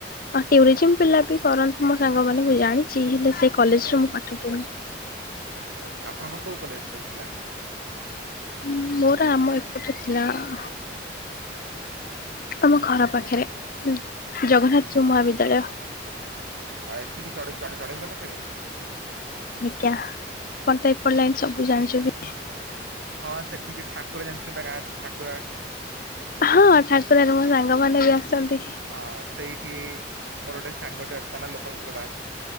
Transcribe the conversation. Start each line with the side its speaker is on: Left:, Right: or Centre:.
Left: ଆ ଟ୍ୟୁରିଜିମ
Right: ହଁ
Left: ପିଲା ବି କରନ୍ତି ମୋ ସାଙ୍ଗ ମାନେ ମୁଁ ଜାଣିଛି ହେଲେ ସେ କଲେଜରେ
Right: ହଁ
Left: ମୁଁ ପାଠ ପଢ଼େନି।
Right: ଆଚ୍ଛା ଆଚ୍ଛା ଆପଣଙ୍କର କୋଉ କଲେଜ ତାହାଲେ ଥିଲା?
Left: ଉଁ ମୋର ଆମ ଏପଟେ ଥିଲା ଆ। ତମ ଘର ପାଖରେ ଉଁ ଜଗନ୍ନାଥ
Right: ଆଚ୍ଛା ଆଚ୍ଛା
Left: ଯୋଉ ମହାବିଦ୍ୟାଳୟ
Right: ଆ ଏଠିକି ଚଢ ଚଢ଼ ଚଢ଼େଇ <unintelligible> ପାଖରେ।
Left: ଆଜ୍ଞା ଆପଣ ତ ଏପଟ ଲାଇନ ସବୁ ଜାଣିଛନ୍ତି।
Right: ହଁ ସେଠି କି ଠାକୁର ଜାଣିଛନ୍ତି ନା ଗାଁ ଅଛି ଠାକୁରା।
Left: ହଁ ଠାକୁରାରେ ମୋ ସାଙ୍ଗମାନେ ବି ଆସନ୍ତି।
Right: ହଁ ସେଇଠି ମୋର ଗୋଟେ ସାଙ୍ଗଟେ ଅଛି ତା ନା ଲୋପାମୁଦ୍ରା ଦାସ।